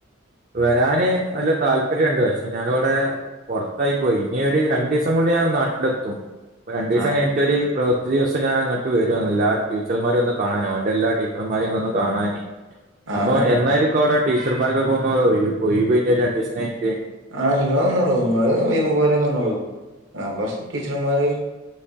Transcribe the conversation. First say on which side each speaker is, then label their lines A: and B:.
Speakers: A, on the right; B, on the right.
A: വരാന് നല്ല താല്പര്യണ്ട് പക്ഷെ ഞാന് വടെ പൊറത്തായി പോയി ഇഞ്ഞ് ഒര് രണ്ടിസം കൊണ്ട് ഞാൻ നാട്ടിലെത്തും രണ്ടിസം
B: ആ
A: കഴി റ്റൊര് പ്രവൃത്തി ദിവസം ഞാൻ അങ്ങട്ട് വരും എല്ലാം ടീച്ചർമാരെ ഒന്ന് കാണാനോ ഓന്റെ എല്ലാ ടീച്ചർമാരെയും ഒന്ന് കാണാനെ.
B: ആ
A: അപ്പൊ
B: നല്ലാണ്
A: എന്നായിരിക്കും അഒടെ ടീച്ചർമാർക്കൊക്കെ ഒന്ന് ഒഴി ഒഴിവ് ഇഞ്ഞ് ഒര് രണ്ടിസം കഴിഞ്ഞിട്ട്?
B: ആഹ് നിങ്ങള് വന്നോളൂ നിങ്ങള് ഒഴിവ് പോലെ വന്നോളു. അപ്പൊ ടീച്ചർമാര്